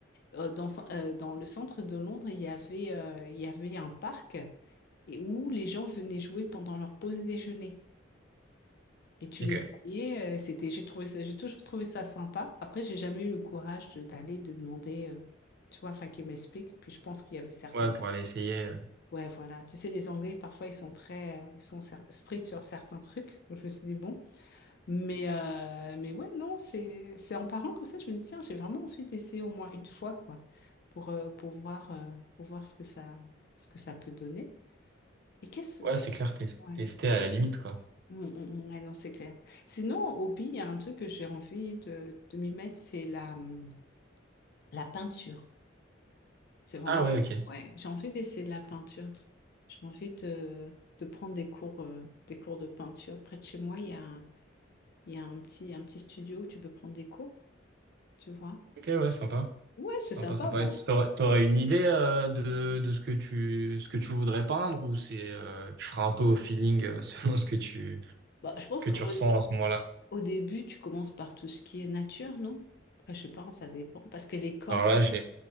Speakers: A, on the left (about 55°); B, on the right (about 60°).
A: euh, dans, ce- euh, dans le centre de Londres, il y avait, euh, il y avait un parc et où les gens venaient jouer pendant leur pause déjeuner. Et tu
B: Ok.
A: les voyais, euh, c'était, j'ai trouvé ça, j'ai toujours trouvé ça sympa. Après, j'ai jamais eu le courage de- d'aller, de demander, euh, tu vois, enfin, qu'ils m'expliquent. Puis je pense qu'il y avait certaines
B: Ouais, pour aller essayer. euh.
A: Ouais, voilà. Tu sais, les Anglais, parfois, ils sont très, euh, ils sont cer- stricts sur certains trucs. Donc, je me suis dit, bon. Mais, euh, mais ouais, non, c'est, c'est en parlant comme ça, je me dis, tiens, j'ai vraiment envie d'essayer au moins une fois, quoi, pour, euh, pour voir, euh, pour voir ce que ça, ce que ça peut donner. Et qu'est-ce
B: Ouais,
A: que...
B: c'est clair, tes-
A: Ouais.
B: tester à la limite, quoi.
A: Mm, mm, mm. Ouais, non, c'est clair. Sinon, en hobby, il y a un truc que j'ai envie de, de m'y mettre, c'est la, hum, la peinture. C'est vraiment...
B: Ah ouais, ok.
A: Ouais, j'ai envie d'essayer de la peinture. J'ai envie de, de prendre des cours, euh, des cours de peinture. Près de chez moi, il y a, un- il y a un petit, un petit studio où tu peux prendre des cours, tu vois.
B: Ok, ouais, sympa.
A: Ouais, c'est
B: Sympa,
A: sympa.
B: sympa.
A: Bon,
B: Et
A: c'est-
B: t'aurais, t'aurais une idée euh, de, de ce que tu, ce que tu voudrais peindre ou c'est, euh, tu feras un peu au feeling euh, <laughs> selon ce que tu,
A: bah, je pense
B: ce que
A: qu'au
B: tu ressens à ce moment-là?
A: au début, tu commences par tout ce qui est nature, non? Après, je sais pas, ça dépend. Parce que les corps,
B: Alors là, j'ai